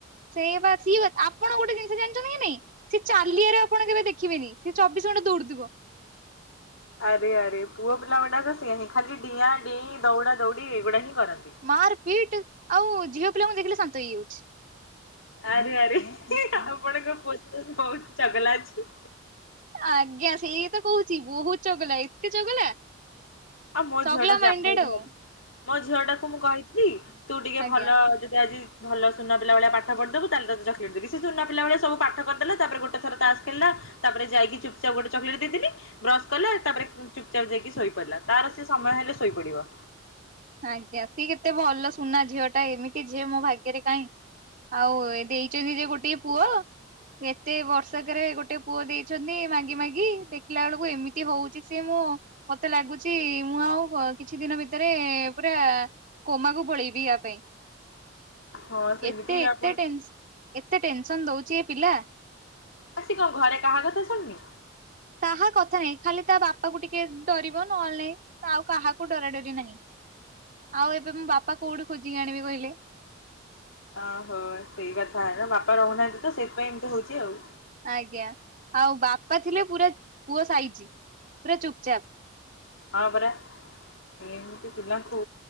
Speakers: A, on the right (about 40°); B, on the left (about 80°).
A: ସେଇ ବା ସିଏ। ଆପଣ ଗୋଟେ ଜିନିଷ ଜାଣିଛନ୍ତି କି, ନାଇଁ? ସେ ଚାଲିଆରେ ଆପଣ କେବେ, ଦେଖ ଦେଖିବେନି, ସେ ଚବିଶ ଘଣ୍ଟା ଦୌଡୁଥିବ।
B: ଆରେ, ଆରେ। ପୁଅ ପିଲା ଗୁଡାକ ସେଇଆ ହିଁ। ଖାଲି ଡିଆଁ, ଡେଇଁ ଦୌଡା, ଦୌଡି ଏଇଗୁଡା ହିଁ। କରନ୍ତି।
A: ମାର, ପିଟ ଆଉ ଝିଅ ପିଲାଙ୍କୁ ଦେଖିଲେ ଶାନ୍ତ ହେଇଯାଉଛି।
B: ଆରେ, ଆରେ। ଆପଣଙ୍କ ପୁଅ ବହୁତ ଚଗଲା ଅଛି।
A: ଆଜ୍ଞା, ସେଇ ତ କହୁଛି। ବହୁତ ଚଗଲା, ଏତେ ଚଗଲା।
B: ଆଉ ମୋ
A: ଚଗଲା
B: ଝିଅ ଟା ଯାହା
A: ମାଇଣ୍ଡେଡ
B: ହଉ।
A: ଆଉ
B: ମୋ ଝିଅ ଟାକୁ ମୁଁ କହିଥିଲି। ତୁ ଟିକେ
A: ଆଜ୍ଞା
B: ଭଲ ଯଦି ଆଜି ଭଲ ସୁନା ପିଲା ଭଳିଆ ପାଠ ପଢିଦବୁ। ତାହେଲେ ତତେ ଚକିଲେଟ୍ ଦେବି। ସେ ସୁନା ପିଲା ଭଳିଆ, ସବୁ ପାଠ କରିଦେଲା। ତାପରେ ଗୋଟେ ଥର ତାସ୍ ଖେଳିଲା ତା ପରେ ଯାଇକି ଚୁପ, ଚାପ ଗୋଟେ ଚକେଲେଟ୍ ଦେଇଦେଲି। ବ୍ରସ୍ କଲା ତାପରେ ଚୁପ, ଚାପ ଯାଇକି ଶୋଇ ପଡ଼ିଲା। ତାର, ସେ ସମୟ ହେଲେ ଶୋଇପଡିବ।
A: ଆଜ୍ଞା ସିଏ କେତେ ଭଲ ସୁନା ଝିଅ ଟା। ଏମିତି ଝିଅ ମୋ ଭାଗ୍ୟରେ କାହିଁ। ଆଉ ଦେଇଛନ୍ତି ଯେ ଗୋଟିଏ ପୁଅ- ଏତେ ବର୍ଷକରେ, ଗୋଟେ ପୁଅ ଦେଇଛନ୍ତି। ମାଗି, ମାଗି ଦେଖିଲା ବେଳକୁ ଏମିତି ହଉଛି ସିଏ, ମୁଁ ମୁଁ, ମତେ ଲାଗୁଛି, ମୁଁ ଆଉ କିଛି ଦିନ ଭିତରେ ପୁରା କୋମାକୁ ପଳେଇବି, ୟା ପାଇଁ।
B: ହଁ ସେମିତି
A: ଏତେ, ଏତେ
B: ଆପଣ
A: ଟେନସ୍, ଏତେ ଟେନସନ ଦଉଛି ଏ ପିଲା।
B: ଆସି କଣ, ଘରେ କାହା କଥା ଶୁଣୁନି?
A: କାହା କଥା ନାହିଁ। ଖାଲି ତା ବାପା କୁ ଟିକେ ଡରିବ, ନହଲେ ନାଇଁ। ଆଉ କାହାକୁ ଡରା, ଡରି ନାହିଁ। ଆଉ' ଏବେ ମୁଁ, ବାପା କୋଉଠି ଖୋଜିକି ଆଣିବି କହିଲେ?
B: ଓହୋ ସେଇ କଥା। ବାପା ରହୁନାହାନ୍ତି ତ ସେଇଥିପାଇଁ, ଏମତି ହଉଛି ଆଉ।
A: ଆଜ୍ଞା। ଆଉ ବାପା ଥିଲେ ପୁରା ପୁଅ ସାଇଜି, ପୁରା ଚୁପ ଚାପ।
B: ହଁ, ପରା। ଏମିତି ପିଲାଙ୍କୁ